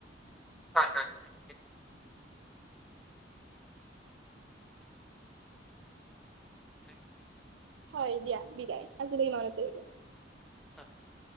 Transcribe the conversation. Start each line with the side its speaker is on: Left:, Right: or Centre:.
Centre: হয়, হয় <unintelligible> <unintelligible>
Right: হয়, দিয়া বিদায়। আজিলৈ ইমানতে <unintelligible>
Centre: হয়, হয়, হয়।